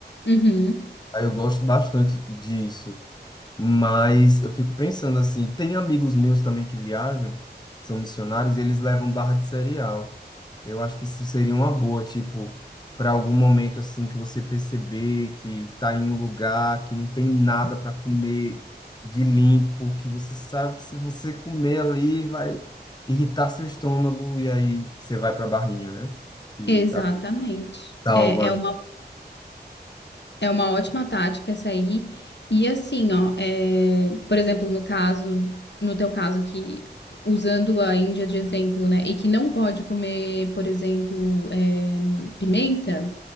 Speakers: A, on the left; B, on the left.
A: Uhum.
B: Aí eu gosto bastante disso, mas eu fico pensando assim, tem amigos meus também que viajam, são missionários, e eles levam barra de cereal. Eu acho que isso seria uma boa, tipo, para algum momento assim que você perceber que tá em um lugar que não tem nada para comer de limpo, que você sabe que se você comer ali vai irritar seu estômago e aí você vai para a barrinha, né? Que
A: Exatamente.
B: a- salva.
A: É, é uma, é uma ótima tática essa aí. E assim, ó, é, por exemplo, no caso, no teu caso que usando a Índia de exemplo, né, e que não pode comer, por exemplo, é, pimenta,